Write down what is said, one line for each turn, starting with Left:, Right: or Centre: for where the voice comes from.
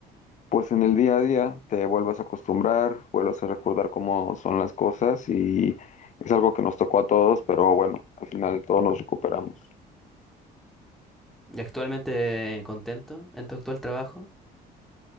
Left: pues en el día a día te vuelves a acostumbrar, vuelves a recordar cómo son las cosas y es algo que nos tocó a todos, pero bueno, al final todos nos recuperamos.
Centre: Y actualmente contento en tu actual trabajo,